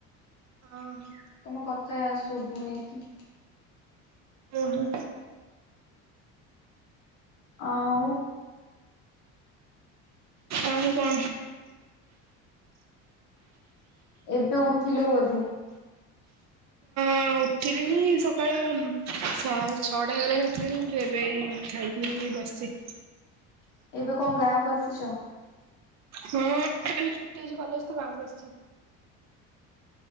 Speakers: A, on the right; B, on the left.
A: ହଁ ହ।
B: ତମେ କଥା ଆ ସବୁନି ଏତେ।
A: ଓ ହୋ।
B: ଆଉ
A: ଆଉ କଣ
B: ଏବେ ଉଠିଲୁ ବୋଧେ?
A: ହଁ ଉଠିଲିଣି ସକାଳ ଛଅଟା ହେଇଗଲାଣି ଉଠଥିଲି ମୁ ଏବେଇ ଖାଇଥିଲି ବସିଛି।
B: ଏବେ କଣ <unintelligible>
A: ହୁଁ ଛୁଟି ହେଇଛି କଲେଜ ତ ଗାଁକୁ ଆସିଛି।